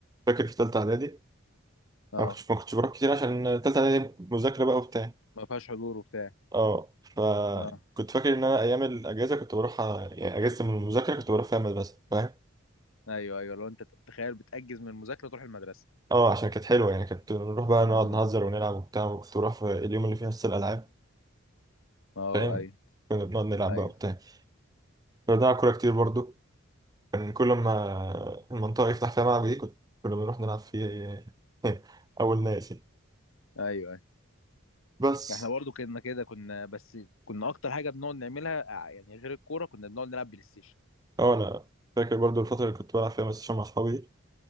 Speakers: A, on the right; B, on the left.
A: فاكر في تالتة إعدادي
B: اه
A: ما كنتش ما كنتش بروح كتير عشان تالتة إعدادي مذاكرة بقى وبتاع
B: ما فيهاش حضور وبتاع
A: اه فكنت
B: اه
A: فاكر إن أنا أيام الأجازة كنت بروح يعني أجازة من المذاكرة كنت بروح فيها المدرسة فاهم
B: ايوه ايوه لو انت تخيل بتأجز من المذاكرة تروح المدرسة
A: اه عشان كانت حلوه يعني كانت نروح بقى نقعد
B: مم.
A: نهزر ونلعب وبتاع وكنت بروح في اليوم اللي فيه حصه الالعاب
B: اه
A: فاهم
B: ايوه
A: كنا بنقعد نلعب
B: ايوه
A: بقى وبتاع كنا بنلعب كوره كتير برضو كان كل ما المنطقه يفتح فيها ملعب ايه كنت كنا بنروح نلعب فيه <laughs> اول ناس يعني.
B: ايوه
A: بس
B: احنا برضو كنا كده كنا بس كنا اكتر حاجه بنقعد نعملها ع- يعني غير الكوره كنا بنقعد نلعب بلاي ستيشن
A: اه انا فاكر برضو الفتره اللي كنت بلعب فيها بلاي ستيشن مع اصحابي